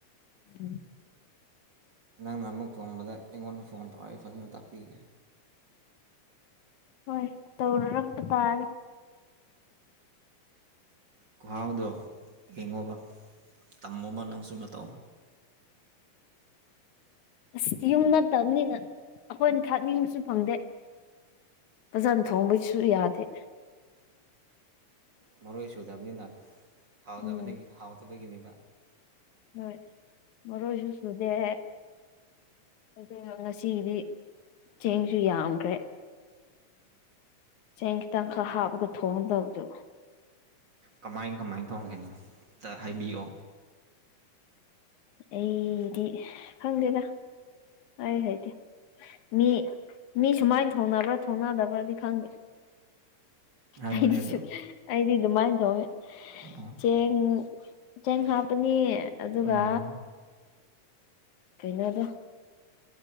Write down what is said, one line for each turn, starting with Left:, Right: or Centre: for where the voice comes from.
Left: ꯎꯝ
Right: ꯅꯪꯅ ꯑꯃꯨꯛ ꯊꯣꯡꯕꯗ ꯑꯩꯉꯣꯟꯗ ꯐꯣꯟ ꯇꯧꯔ ꯑꯩ ꯐꯖꯅ ꯇꯥꯛꯄꯤꯒꯦ
Left: ꯍꯣꯏ ꯇꯧꯔꯔꯛꯄ ꯇꯥꯔꯤ
Right: ꯈꯨꯍꯥꯎꯗꯣ ꯌꯦꯡꯉꯣꯕ ꯇꯝꯃꯣꯕ ꯅꯪꯁꯨ ꯃꯇꯧ
Left: ꯑꯁ ꯌꯨꯝ ꯅꯠꯇꯕꯅꯤꯅ ꯑꯈꯣꯏꯅ ꯊꯥꯛꯅꯤꯡꯕꯁꯨ ꯐꯪꯗꯦ ꯐꯖꯅ ꯊꯣꯡꯕꯩꯁꯨ ꯌꯥꯗꯦ
Right: ꯃꯔꯣꯏ ꯁꯨꯗꯕꯅꯤꯅ ꯍꯥꯎꯇꯕꯅꯦꯒꯤ
Left: ꯎꯝ
Right: ꯍꯥꯎꯇꯕꯒꯤꯅꯦꯕ
Left: ꯍꯣꯏ ꯃꯔꯣꯏꯁꯨ ꯁꯨꯗꯦ ꯑꯗꯨꯅ ꯉꯁꯤꯒꯤꯗꯤ ꯆꯦꯡꯁꯨ ꯌꯥꯝꯈ꯭ꯔꯦ ꯆꯦꯡ ꯈꯤꯇꯪꯈꯛ ꯍꯥꯞꯄꯒ ꯊꯣꯡꯒꯗꯧꯕꯗꯨ
Right: ꯀꯃꯥꯏꯟ ꯀꯃꯥꯏꯟ ꯇꯣꯡꯉꯤꯅꯣ ꯑꯝꯇ ꯍꯥꯏꯕꯤꯌꯣ
Left: ꯑꯩꯗꯤ ꯈꯪꯗꯦꯗ ꯍꯥꯏ ꯍꯩꯇꯦ ꯃꯤ ꯃꯤ ꯁꯨꯃꯥꯏꯟ ꯊꯣꯡꯅꯕ꯭ꯔꯥ ꯊꯣꯡꯅꯗꯕ꯭ꯔꯗꯤ ꯈꯪꯗꯦ
Right: ꯍꯥꯏꯌꯨꯅꯦ
Left: ꯑꯩꯗꯤꯁꯨꯛ
Right: ꯑꯗꯣ
Left: ꯑꯩꯗꯤ ꯑꯗꯨꯃꯥꯏꯟ ꯊꯣꯡꯉꯦ
Right: ꯑꯣ
Left: ꯆꯦꯡ ꯆꯦꯡ ꯍꯥꯞꯄꯅꯤ ꯑꯗꯨꯒ
Right: ꯎꯝ
Left: ꯀꯩꯅꯣꯗꯣ